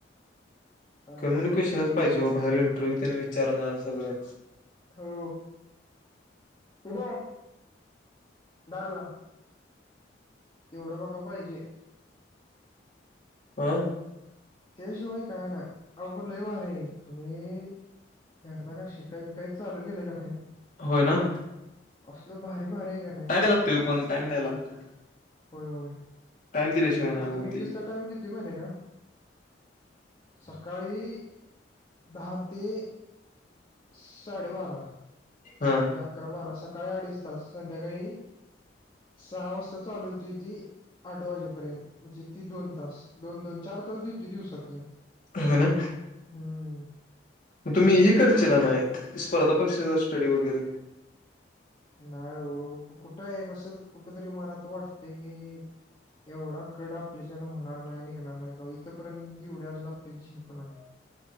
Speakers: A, on the left; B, on the left.
A: चाललंय
B: कम्युनिकेशनच पाहिजे हो बाहेर इंटरव्ह्यू तेन विचारणार सगळं.
A: हो उदय दार लाव. तेवढं बघ पाहिजे.
B: आं
A: त्याशिवाय काय नाही आव पण लय भारी आहे तुम्ही. एकदा का शिकाई बिकाई चालू केलं का नाही?
B: होय ना.
A: असल भारी भारी आहे काय नाही.
B: टाईम द्या लागतोय पण टाईम द्या लागतोय.
A: होय होय
B: दिल्याशिवाय नाही
A: आता
B: होत
A: मी
B: ते
A: किस्त टाइम देतोय माहिती का? सकाळी दहा ते साडेबारा.
B: हा
A: म्हणजे अकरा बारा सकाळी अडीच तास. संध्याकाळी सहा वाजता चालू होती ती आठ वाजेपर्यंत म्हणजे ती दोन तास दोन- दोन चार तास देतोय दिवसाातले.
B: ह ना.
A: हम्म.
B: मग तुम्ही हे करचेला नाही स्पर्धा परीक्षेचा स्टडी वगैरे.
A: नाय ओ कुठं आहे कसं कुठ तरी मनात वाटते की? एवढा कड आपल्या च्यान होणार नाही. निघणार नाही का इथपर्यंत एवढ्या अजून आपली झेप नाही.